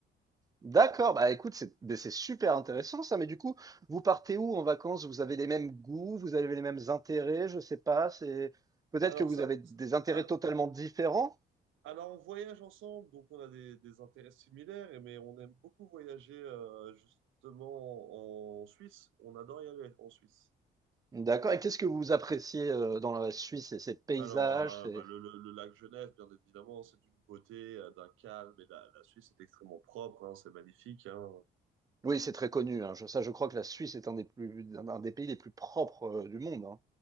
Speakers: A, on the right; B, on the right.
A: D'accord, bah écoute, c'est mais c'est super intéressant ça, mais du coup, vous partez où en vacances? Vous avez les mêmes goûts, vous avez les mêmes intérêts, je sais pas, c'est peut-être
B: Alors,
A: que vous
B: ça,
A: avez
B: me-
A: des
B: ça-
A: intérêts
B: al-
A: totalement différents.
B: alors, on voyage ensemble, donc on a des, des intérêts similaires, et- mais on aime beaucoup voyager, euh, justement, en Suisse. On adore y aller en Suisse.
A: D'accord, et qu'est-ce que vous appréciez euh, dans la Suisse? C'est ses paysages,
B: Alors, euh,
A: c'est...
B: bah, le, le- le lac Genève, bien évidemment, c'est d'une beauté, euh, d'un calme, et la, la Suisse est extrêmement propre, hein, c'est magnifique, hein.
A: Oui, c'est très connu, hein. Je, ça, je crois que la Suisse est un des plus, un un des pays les plus propres euh, du monde, hein.